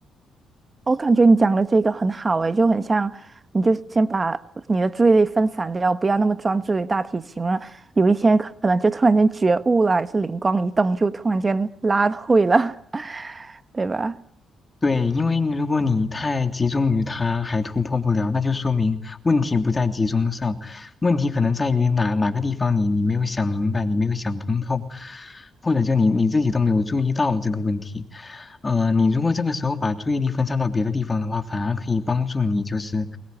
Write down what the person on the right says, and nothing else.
我感觉你讲的这个很好诶，就很像，你就先把你的注意力分散掉，不要那么专注于大提琴了。有一天可能就突然间觉悟了，还是灵光一动，就突然间拉会了，<laughs> 对吧？